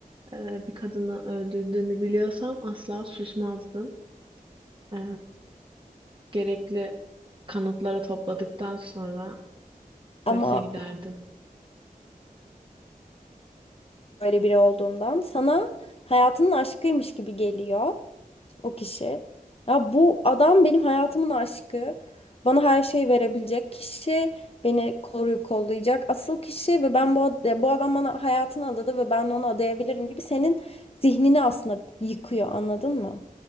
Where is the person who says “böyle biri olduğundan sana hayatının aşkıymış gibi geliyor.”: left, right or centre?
Left